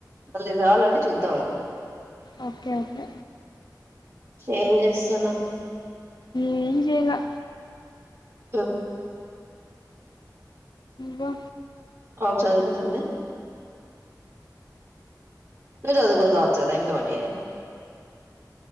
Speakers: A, on the right; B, on the left.
A: మళ్ళీ కావాలంటే చూద్దాము
B: ఓకే ఓకే
A: ఏం చేస్తున్నారు.
B: ఏం చేయలా
A: <unintelligible>
B: వా
A: పాప చదుకుంటందా ను చదు <inaudible>